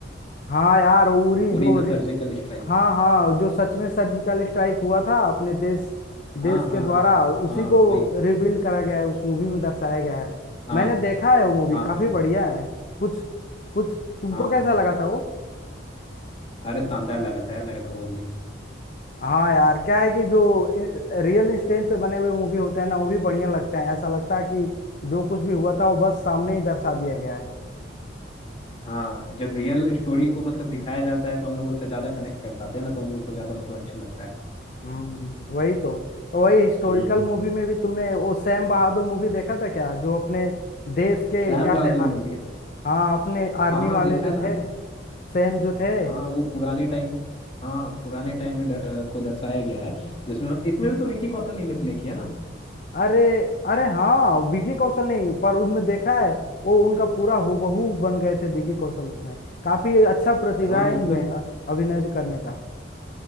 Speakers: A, on the left; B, on the left.
A: हाँ यार उरी
B: Uri
A: जो
B: the surgical strike
A: हाँ हाँ जो सच में सर्जिकल स्ट्राइक हुआ था अपने देश देश
B: हाँ हाँ
A: के द्वारा
B: हाँ
A: उसी
B: हाँ
A: को
B: वही
A: रिबिल्ड करा गया है उस मूवी में दर्शाया गया है
B: हाँ
A: मैंने
B: हाँ
A: देखा है वो मूवी
B: हाँ
A: काफी
B: हाँ
A: बढ़िया है कुछ कुछ तुमको
B: हाँ
A: कैसा लगा था वो
B: अरे शानदार लगा था यार मेरे को वो भी
A: हाँ यार
B: हाँ
A: क्या है कि जो रियल इंस्टेंस पे बने हुए मूवी होते हैं ना वो भी बढ़िया लगते हैं ऐसा लगता है कि जो कुछ भी हुआ था वो बस सामने ही दर्शा दिया गया है
B: हाँ, जब रियल स्टोरी को मतलब दिखाया जाता है तो हम लोग उससे ज्यादा कनेक्ट कर पाते हैं ना तो हम लोग को ज्यादा मतलब अच्छा लगता है
A: हम्म वही तो तो वही हिस्टोरिकल
B: हम्म
A: मूवी में भी तुमने वो सैम बहादुर मूवी देखा था क्या जो अपने देश के
B: श्याम
A: क्या
B: बहादुर
A: थे
B: मूवी
A: हाँ अपने आर्मी
B: हाँ हाँ
A: वाले
B: देखा
A: जो
B: है ना
A: थे सेम जो थे
B: हाँ वो पुराने टाइम हाँ पुराने टाइम में ड- अ, को दर्शाया गया है जिसमें इसमें भी तो विक्की कौशल ही ने प्ले किया ना
A: अरे अरे हाँ विकी कौशल नहीं पर उनमें देखा है वो उनका पूरा हूबहू बन गए थे विकी कौशल उसमें काफी अच्छा प्रतिभा
B: हाँ
A: है
B: मतलब
A: इनमें अ- अभिनय करने का